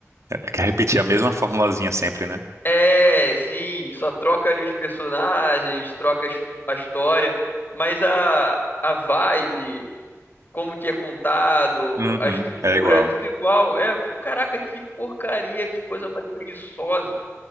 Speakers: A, on the right (about 70°); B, on the left (about 40°).
A: É que repetir a mesma formulazinha sempre, né?
B: É, sim, só troca ali os personagens, troca as- a história, mas a, a vibe. como que é contado,
A: Uhum,
B: a estrutura,
A: é igual.
B: é tudo igual. É, eu falo, caraca, que porcaria, que coisa mais preguiçosa.